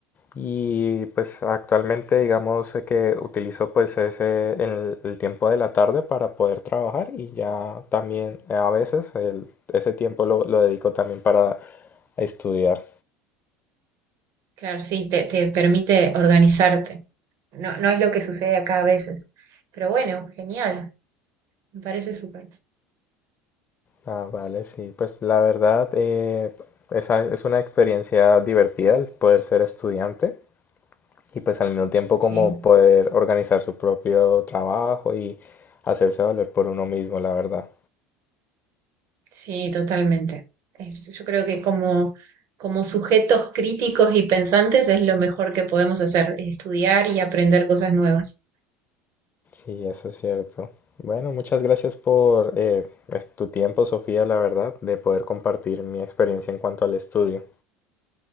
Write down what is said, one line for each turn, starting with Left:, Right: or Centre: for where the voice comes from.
Left: y pues actualmente digamos eh, que utilizo pues ese el, el tiempo de la tarde para poder trabajar y ya también eh, a veces el- ese tiempo lo, lo dedico también para estudiar.
Right: Claro, sí, te, te permite organizarte. No, no es lo que sucede acá a veces. Pero bueno, genial. Me parece súper.
Left: Ah, vale, sí, pues la verdad eh, esa es una experiencia divertida el poder ser estudiante. y pues al mismo tiempo como
Right: Sí,
Left: poder organizar su propio trabajo y hacerse valer por uno mismo, la verdad.
Right: sí, totalmente. Es- yo creo que como, como sujetos críticos y pensantes es lo mejor que podemos hacer, estudiar y aprender cosas nuevas.
Left: Sí, eso es cierto. Bueno, muchas gracias por eh, pues, tu tiempo, Sofía, la verdad, de poder compartir mi experiencia en cuanto al estudio.